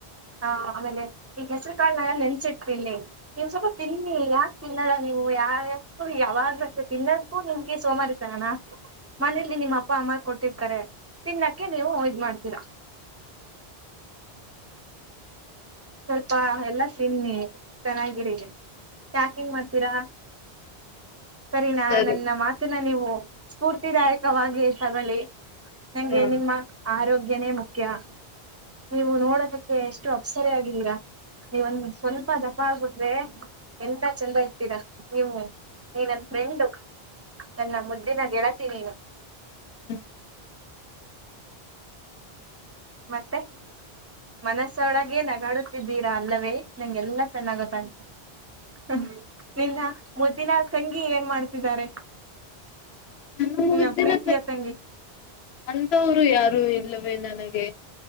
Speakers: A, on the right; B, on the left.
A: ಹಾ ಆಮೇಲೆ ಈ ಹೆಸರು ಕಾಳ ನಳ ನೆನ್ಸಿಡ್ತೀನ್ನಿ ನೀವ್ ಸ್ವಲ್ಪ ತಿನ್ನಿ ಯಾಕೆ ತಿನ್ನದ ನೀವು ಯಾಕು ಯಾವಾಗ್ಲ ತಿನ್ನೋದಕ್ಕೂ ನಿಮ್ಗೆ ಸೋಮಾರಿ ತಗಣ ಮನೇಲಿ ನಿಮ್ಮ ಅಪ್ಪ ಅಮ್ಮ ಕೊಟ್ಟಿರ್ತಾರೆ ತಿನ್ನಕ್ಕೆ ನೀವು ಇದ್ ಮಾಡ್ತೀರಾ ಸ್ವಲ್ಪ ಎಲ್ಲಾ ತಿನ್ನಿ ಚೆನ್ನಾಗಿರಿ ಪ್ಯಾಕಿಂಗ್ ಮಾಡ್ತೀರಾ ಸರಿನಾ
B: ಸರಿ
A: ನನ್ನ ಮಾತಿನ ನೀವು ಸ್ಫೂರ್ತಿದಾಯಕವಾಗಿ ತಗಳಿ ನಂಗೆ
B: ಹಾ
A: ನಿಮ್ಮ ಆರೋಗ್ಯನೇ ಮುಖ್ಯ ಕ್ಯ ನೀವು ನೋಡೋದಕ್ಕೆ ಎಷ್ಟು ಅಪ್ಸರ ಆಗಿದ್ದೀರಾ ನೀ ಒಂದ ಸ್ವಲ್ಪ ದಪ್ಪ ಬಡ್ರೆ ಎಂತ ಚಂದ ಇರ್ತೀರಾ ನೀವು ನೀ ನನ್ ಫ್ರೆಂಡು ನನ್ನ ಮುದ್ದಿನ ಗೆಳತೀನ ನೀನು
B: ಹ್ಮ್
A: ಮತ್ತೆ ಮನಸ್ಸೊಳಗೆೇ ನಗಾಡುತ್ತಿದ್ದೀರಾ ಅಲ್ಲವೇ ನಿಂಗೆಲ್ಲಾ ಚೆನ್ನಾಗದ ಉಂಟ ಹ್ಮ ನಿನ್ನ ಮುದ್ದಿನ ತಂಗಿ ಏನ್ ಮಾಡ್ತಿದ್ದಾರೆ
B: ನ
A: ನಿನ್ನ
B: ಮುಗ್ದಿನ
A: ಪ್ರೀತಿಯ ತಂಗಿ
B: ಅಂತವ್ರು ಯಾರು ಇ ಇಲ್ಲವೇ ನನಗೆ